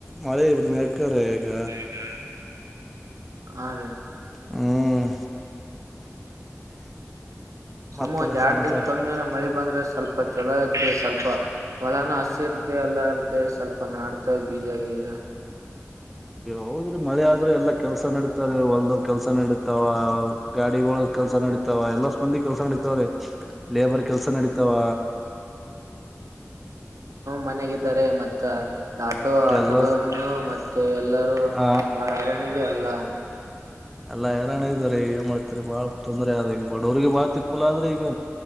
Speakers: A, in the centre; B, on the right.
A: ಮಳೆ ಬೇಕ್ರೀ ಈಗ
B: ಹ್ಮ್ಮ್ ಆ ರೀ
A: ಹ್ಮ್
B: ಸುಮ
A: ಮತ್ತರಿ
B: ಒಂದ್ ಎರಡ್
A: ಸಮಾಚಾರ
B: ದಿನ ಕಮ್ಮಿನ ಮಳಿ ಬಂದ್ರೆ ಸ್ವಲ್ಪ ಚಛಲೋ ಇದದ್ದೇ ಸ್ವಲ್ಪ ಹೊಲಾನ ಹಸಿ ಇರ್ದೆ ಎಲ್ಲ ಇರ್ದೆ ಸ್ವಲ್ಪ ನಾಡ್ತವೆ ಬೀಜ ಗಗ
A: ಹೌದ್ರರು ಮದೆ ಆದ್ರರು ಎಲ್ಲಾ ಕೆಲ್ಸ ನಡೀತಾರೆ ಹೊಲ್ದ ಕೆಲ್ಸ ನಡೀತಾವ ಗಾಡಿಗಳಳ ಕೆಲ್ಸ ನಡೀತಾವ ಎಲ್ಲಾ ಸ್ಪಂದಿ ಕೆಲ್ಸ ನಡತವ್ರ ಲೇಬರ್ ಕೆಲ್ಸ ನಡೀತಾವ
B: ಮನೆಗಿದ್ದಾರೆ ಮತ್ತೆ ಆಟೋ ಆಟೋದವರುನು
A: ಎಲ್ಲ
B: ಮತ್ತೆ ಎಲ್ಲರು
A: ಹ
B: ಬಾಳ ಹೈಾಣ್ಯದೆ ಅಲ್ಲ
A: ಎಲ್ಲಾ ಹೈರಾಣ ಇದಾರೆ ಏನ್ ಮಾಡ್ತಾರೆ ಬಾಳ ತೊಂದ್ರೆ ಆದ ಈಗ ಬಡವ್ರಿಗೆ ಬಾಳ ತಿಪ್ಪಲ ಆದ್ರೆ ಈಗ